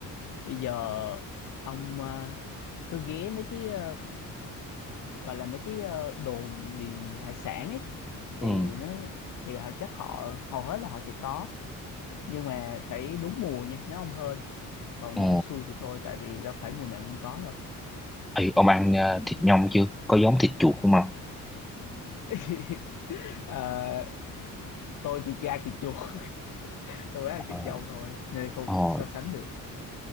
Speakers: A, on the left; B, in the centre.
A: Bây giờ ông ờ, cứ ghé mấy cái ờ, gọi là mấy cái ờ, đồn điền hải sản ấy
B: ừ.
A: thì nó thì họ chắc họ hầu hết là họ sẽ có nhưng mà phải đúng mùa nha nếu ông hên còn
B: Ờ,
A: nếu ông xui thì thôi tại vì đâu phải mùa nào cũng có đâu
B: Ê, ông ăn à, thịt nhông chưa có giống thịt chuột không không
A: <laughs> Ờ, tôi thì chưa ăn thịt chuột <laughs> tôi ăn
B: ờ,
A: thịt dâu thôi nên không
B: ờ,
A: không so sánh được